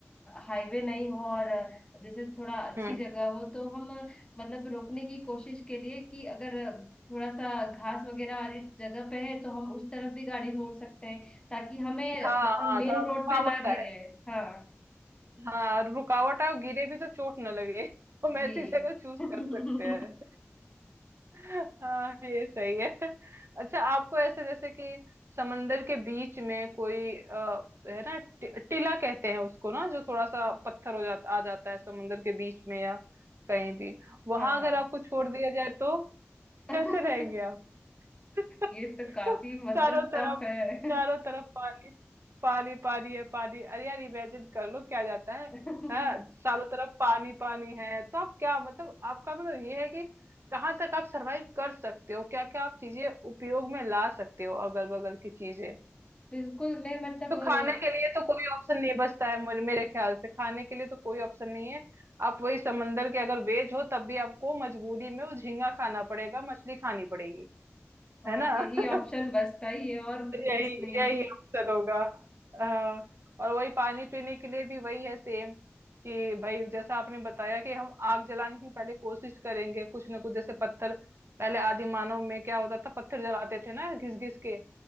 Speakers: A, on the left; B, on the right.
A: हाईवे नहीं हो और अ, जैसे थोड़ा अच्छी
B: हम्म
A: जगह हो तो हम अ, मतलब रोकने की कोशिश के लिए कि अगर अ, थोड़ा सा घास वगैरह वाली जगह पे है तो हम उस तरफ भी गाड़ी मोड़ सकते हैं ताकि हमें
B: हाँ
A: मतलब
B: हाँ
A: मेन
B: थोड़ा
A: रोड
B: रुकावट
A: पे ना
B: है
A: गिरे हाँ
B: हाँ रुकावट आए और गिरे भी तो चोट न लगे <laughs> हम
A: जी
B: ऐसी जगह चूज
A: <laughs>
B: कर सकते हैं <laughs> हाँ ये सही है <laughs> अच्छा आपको ऐसे जैसे कि समंदर के बीच में कोई अ, है ना टि- टीला कहते हैं उसको ना जो थोड़ा सा पत्थर हो जाता आ जाता है समंदर के बीच में या कहीं भी वहां
A: हाँ
B: अगर
A: हाँ
B: आपको छोड़ दिया जाए तो
A: <laughs>
B: कैसे रहेंगे आप <laughs>
A: ये तो काफी मतलब
B: चारों तरफ
A: टफ है
B: चारों तरफ पानी पानी पानी है पानी अरे यार इमेजिन कर लो क्या जाता है
A: <laughs>
B: हाँ चारों तरफ पानी पानी है तो आप क्या मतलब आपका मतलब ये है कि कहाँ तक आप सरवाइव कर सकते हो क्या क्या आप चीजें उपयोग में ला सकते हो अगल बगल की चीजें
A: बिल्कुल मैं मतलब
B: तो खाने के लिए
A: अ,
B: तो कोई ऑप्शन नहीं बचता है मुझे- मेरे ख्याल से खाने के लिए तो कोई ऑप्शन नहीं है आप वही समंदर के अगर वेज हो तब भी आपको मजबूरी में वो झींगा खाना पड़ेगा मछली खानी पड़ेगी
A: हाँ
B: है ना
A: यही
B: <laughs>
A: ऑप्शन बचता ही है और
B: यही
A: तो कुछ नहीं
B: यही
A: है
B: अवसर होगा हाँ, और वही पानी पीने के लिए भी वही है सेम कि भाई जैसा आपने बताया कि हम आग जलाने की पहले कोशिश करेंगे कुछ ना कुछ जैसे पत्थर पहले आदि मानव में क्या होता था पत्थर जलाते थे ना घिस घिस के